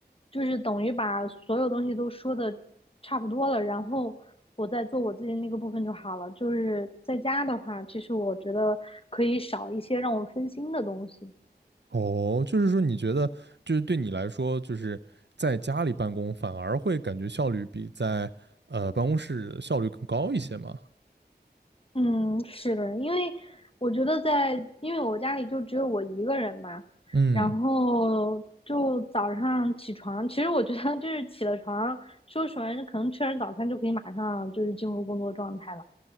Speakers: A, on the left; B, on the right.
A: 就是等于把所有东西都说的差不多了，然后我再做我自己那个部分就好了。就是在家的话，其实我觉得可以少一些让我分心的东西。
B: 哦，就是说你觉得，就是对你来说，就是在家里办公反而会感觉效率比在呃办公室效率更高一些吗？
A: 嗯，是的，因为我觉得在，因为我家里就只有我一个人嘛，
B: 嗯，
A: 然后就早上起床，其实我觉得就是起了床，收拾完可能吃完早餐就可以马上就是进入工作状态了，